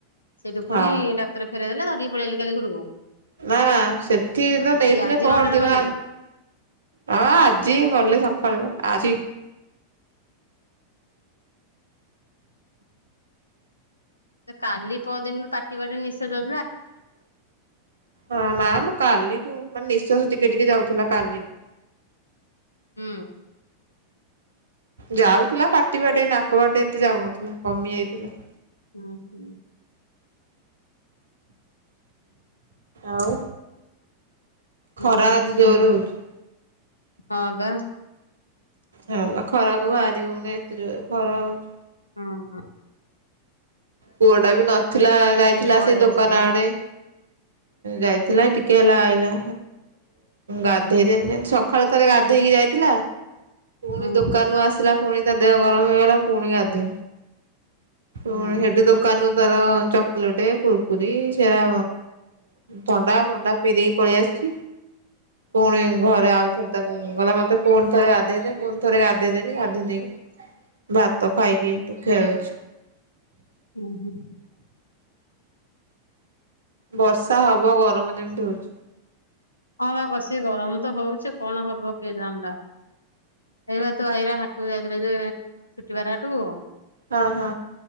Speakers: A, on the left; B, on the right.
A: ସେଇଠୁ ପୁଣି
B: ହଁ
A: ଡାକ୍ତର ଫେରେଇଦେଲେ ଧରିକି ପଳେଇଆଇଲେ କାଲି ଘରକୁ
B: ନା ନା ସେଠିିନ
A: ଆଜି
B: ନେଇଥିଲେ
A: ଆଜି
B: ପହର
A: ନଅଟାରେ
B: ଦିନ
A: ମଲେ।
B: ହଁ ଆଜି ମଲେ ସକାଳେ ବା। ଆଜି।
A: କାଲି ପଦିନରୁ ପାଟିିବାଟେ ନିଶ୍ୱା ସେ
B: ହଁ ନା ମ କାଲିଠୁ ମାନେ ନି ଶ୍ୱାସ ଟିକେ ଟିକେ ଯାଉଥିଲା କାଲିଠୁ।
A: ହୁଁ।
B: ଯାଉଥିଲା ପାଟି ବାଟେ ନାକ ବାଟେ ଏତେ ଯାଉନଥିଲା କମି ଯାଇଥିଲା।
A: ହୁଁ ହୁଁ।
B: ଆଉ।
A: ହୁଁ
B: ଖରା ଆଜି ଜୋରେ ହଉଛି।
A: ହଁ ବା।
B: ହଁ ବା ଖରାକୁ ବାହାରି ହଉନି। ଏତେ ଜୋରେ ଖରା ହଉଛି।
A: ହଁ ହଁ।
B: ପୁଅ ଟା ବି ନଥିଲା ଯାଇଥିଲା।
A: ପଳେଇ
B: ସେ ଦୋକାନ
A: ଆସିଲେଣି
B: ଆଡେ
A: ହୁଁ।
B: ଯାଇଥିଲା ଟିକେ ହେଲା। ଗାଧେଇ ଦେନେ ସକାଳୁ ତଳେ ଗାଧେଇକି ଯାଇଥିଲା। ପୁଣି
A: ହଁ।
B: ଦୋକାନରୁ ଆସିଲା। ପୁଣି ତ ଦେହ ଗରମ ହେଇଗଲା। ପୁଣି ଗାଧେ ହୁ
A: ହଁ।
B: ହେଠୁ ଦୋକାନରୁ ତାର ଚ ଲେଟ କୁରକୁରି ସେଟା ଥଣ୍ଡା ଫଣ୍ଡା ପିଇ ଦେଇକି ପଳେଇ ଆସିଛି। ପୁଣି ଘରେ ଆଉ। ଥର ତାକୁ ଗଲା ମତେ ପୁଣି ଥରେ ଗା ଗାଧେଇ ଦେ ପୁଣି ଥରେ ଗାଧେଇଦେନି ଗାଧେଇ ଦେଇକି ଭାତ ଖୁଆଇକି ଏଇଟି ଖେଳୁଛି।
A: ହୁଁ ହୁଁ।
B: ବର୍ଷା ହବ ଗରମ ଯେମିତି ହଉଛି।
A: ହଁ ବା କସିକି ଗରମ ତ ହଉଛି କଣ ହବ କିଏ ଜାଣିଲା ଏଇବା ତୋ ଭାଇ ହେରିକା ହାଟକୁ ଯାଇଥିଲେ ଯେ ଛୁଟି ବାର ହାଟକୁ
B: ହଁ ହଁ